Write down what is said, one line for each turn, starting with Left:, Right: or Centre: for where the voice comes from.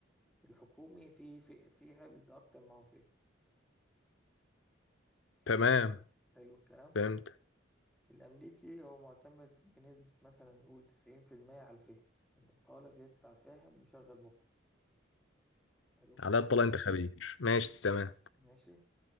Centre: الحكومي فيه فيه, فيه حفظ أكتر ما هو فهم فاهم
Left: تمام
Centre: قصدي؟ حلو الكلام
Left: فهمت
Centre: الأمريكي هو معتمد بنسبة مثلا نقول تسعين في المية على الفهم إن الطالب يطلع فاهم وشغل مخه حلو الكلام
Left: على الطلاق انت خبير ماشي تمام
Centre: ماشي